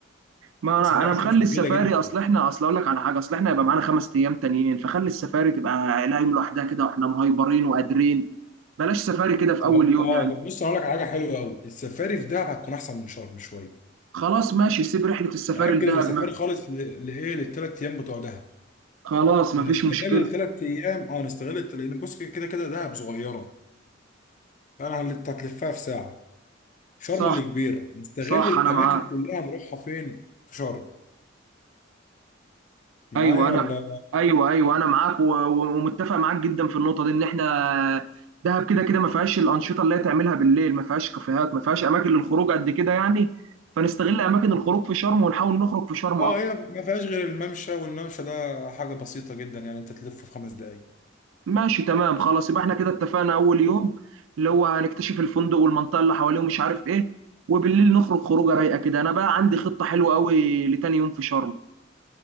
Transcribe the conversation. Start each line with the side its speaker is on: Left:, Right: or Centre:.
Right: ما انا
Left: السفاري
Right: انا
Left: على
Right: مخلي
Left: فكره مش موجوده
Right: السفاري
Left: جدا
Right: اصل احنا اصل اقول لك على حاجه اصل احنا هيبقى معانا خمس ايام تانيين فخلي السفاري تبقى عيلة يوم لوحدها كده واحنا مهايبرين وقادرين بلاش سفاري كده في
Left: طب
Right: اول يوم
Left: اه
Right: يعني
Left: طب بص هقول لك على حاجه حلوه قوي السفاري في دهب هتكون احسن من شرم شويه
Right: خلاص ماشي سيب رحله السفاري
Left: نأجل
Right: لدهب
Left: السفاري
Right: ما
Left: خالص ل- لايه للثلاث ايام بتوع دهب
Right: خلاص مفيش
Left: ونستغل
Right: مشكله
Left: الثلاث ايام اه نستغل الت- لان بص كده كده دهب صغيره فانا هل- هتلفها في ساعه شرم
Right: صح
Left: اللي كبيره نستغل
Right: صح
Left: الاماكن
Right: انا معاك
Left: كلها نروحها فين في شرم معايا
Right: ايوه انا
Left: ولا
Right: ايوه ايوه انا معاك و- و- ومتفق معاك جدا في النقطه دي ان احنا دهب كده كده ما فيهاش الانشطه اللي هي تعملها بالليل ما فيهاش كافيهات ما فيهاش اماكن للخروج قد كده يعني فنستغل اماكن الخروج في شرم ونحاول نخرج في شرم
Left: اه
Right: اكتر
Left: هي ما فيهاش غير الممشى والممشى ده حاجه بسيطه جدا يعني انت تلفه في خمس دقايق
Right: ماشي تمام خلاص يبقى احنا كده اتفقنا اول يوم اللي هو هنكتشف الفندق والمنطقه اللي حواليه ومش عارف ايه وبالليل نخرج خروجه رايقه كده انا بقى عندي خطه حلوه قوي لتاني يوم في شرم